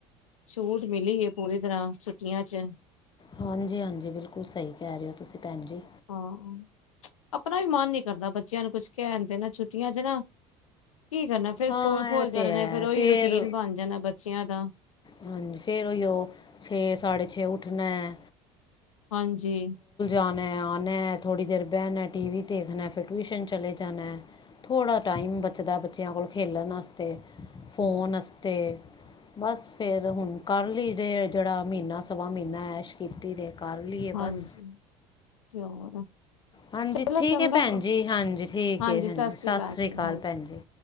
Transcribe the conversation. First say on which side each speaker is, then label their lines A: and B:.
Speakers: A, on the left; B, on the left.
A: ਛੂਟ ਮਿਲੀ ਹੈ ਪੂਰੀ ਤਰ੍ਹਾਂ ਛੁੱਟੀਆਂ ਚ।
B: ਹਾਂਜੀ-ਹਾਂਜੀ। ਬਿਲਕੁਲ ਸਹੀ ਕਹਿ ਰਹੇ ਹੋ ਤੁਸੀਂ ਭੈਣ ਜੀ।
A: ਹਾਂ ਆਪਣਾ ਵੀ ਮਨ ਨੀ ਕਰਦਾ ਬੱਚਿਆਂ ਨੂੰ ਕੁਛ ਕਹਿਣ ਦੇ ਨਾ ਛੁੱਟੀਆਂ ਚ ਨਾ ਕੀ ਕਰਨਾ ਫੇਿਰ
B: ਹਾਂ
A: ਸਕੂਲ ਖੋਲ
B: ਇਹ
A: ਜਾਣੇ
B: ਤਾਂ ਹੈ
A: ਨੇ ਫੇਿਰ ਉਹੀ
B: ਫਿਰ
A: ਰੂਟੀਨ ਬਣ ਜਾਣਾ ਬੱਚਿਆਂ ਦਾ।
B: ਹਾਂਜੀ। ਫੇਰ ਉਈਓ ਛੇ ਸਡੇ ਛੇ ਉੱਠਣਾ ਏ
A: ਹਾਂਜੀ।
B: ਣਾ ਆਉ ਥੜ੍ਹੀ ਦੇਰ ਬਹਿਣਣਾ ਟੀ ਵੀ ਦੇਖਣਾ ਫਿਰ ਟਿਊਸ਼ਨ ਚਲੇ ਜਾਣਾ ਏ ਥੋੜ੍ਹਾ ਟਾਈਮ ਬਚਦਾ ਬੱਚਿਆਂ ਕੋਲ ਖੇਲਣ ਵਾਸਤੇ ਫੋਨ ਅਸੀਂ ਤੇ ਬਸ ਫਿਰ ਹੁਣ ਕਰ ਲਈ ਦੇ ਜਿਹੜਾ ਮਹੀਨਾ ਸਵਾ ਮਹੀਨਾ ਐਸ਼ ਕੀਤੀ ਦੇ ਕਰ ਲਈਏ
A: ਹਾਂਜੀ।
B: ਬਸ
A: ਹੋਰ?
B: ਹਾਂਜੀ।
A: ਚਲੋ
B: ਠੀਕ
A: ਚੰਗਾ
B: ਹੈ ਭੈਣ ਜੀ ਹਾਂਜੀ ਠੀਕ
A: ਹਾਂਜੀ
B: ਹੈ ਹੰਜੀ ਸਤਿ ਸ੍ਰੀ
A: ਜੀ
B: ਅਕਾਲ
A: ਹਾਂਜੀ
B: ਭੈਣ ਜੀ।